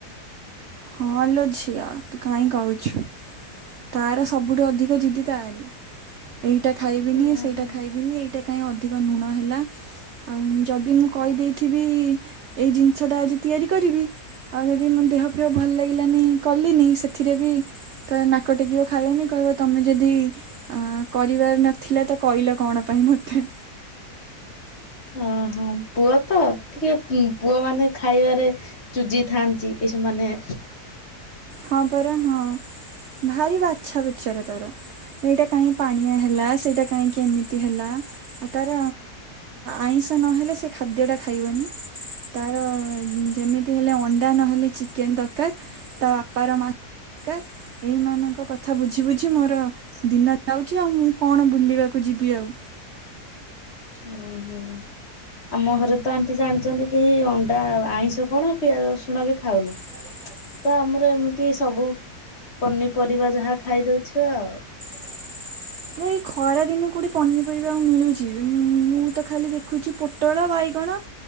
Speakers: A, on the right; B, on the left.
A: ହଁ ଅ ଲୋ ଝିଅ ତୁ କାହିଁ କହୁଛୁ? ତାର ସବୁଠୁ ଅଧିକ ଜିଦି ତାରି ଏଇଟା ଖାଇବିନି
B: ଓହୋ।
A: ସେଇଟା ଖାଇବିନି ଏଇଟା କାହିଁ ଅଧିକ ଲୁଣ ହେଲା ଆଉ ଯଦି ମୁଁ କହିଦେଇଥିବି ଏଇ ଜିନିଷଟା ଆଜି ତିଆରି କରିବି ଆଉ ଯଦି ମୋ ଦେହ ଭଲ ଲାଗିଲାନି କଲିନି, ସେଥିରେ ବି ତ ନାକ ଟେକିବ ଖାଉନି କହିବ ତମେ ଯଦି ଅ କରିବାର ନଥିଲା ତ କହିଲ କଣ ପାଇଁ ମତେ
B: ଓହୋ, ପୁଅ ତ? ଟିକେ ପୁଅ ମାନେ ଖାଇବାରେ ଚୁଜି ଥାଆନ୍ତି ଏଇସବୁ ମାନେ
A: ହଁ ପରା ହଁ। ଭାରି ବାଛା ବିଚାର ତାର, ଏଇଟା କାହିଁ ପାଣିଆ ହେଲା ସେଇଟା କାହିଁକି? କେମିତି ହେଲା ଆ ତାର ଆଇଁଷ ନହେଲେ ସେ ଖାଦ୍ୟଟା ଖାଇବନି। ତାର ଯେମିତି ହେଲେ ଅଣ୍ଡା ନହେଲେ ଚିକେନ ଦରକାର ତା ପାର ମାକାର ଏଇମାନଙ୍କ କଥା ବୁଝି ବୁଝି ମୋର ଦିନ ଯାଉଛି ଆଉ ମୁଁ କଣ ବୁଲିବାକୁ ଯିବି ଆଉ
B: ହ ହୋ ଆମ ଘରେ ତ ଆଣ୍ଟି ଜାଣିଛନ୍ତି କି ଅଣ୍ଡା ଆଇଁଷ କଣ ପିଆ ରସୁଣ ବି ଖାଉନୁ।
A: ନ ବି ଖାଇ <unintelligible>
B: ତ ଆମର ଏମିତି ସବୁ ପନିପରିବା ଯାହା ଖାଇଦଉଛ ଆଉ
A: ହ। <unintelligible> ମୁଁ ଏଇ ଖରାଦିନେ କୋଉଠି ପନିପରିବା ଆଉ ମିଳୁଛି ମୁଁ ତ ଖାଲି ଦେଖୁଛି ପୋଟଳ ବାଇଗଣ।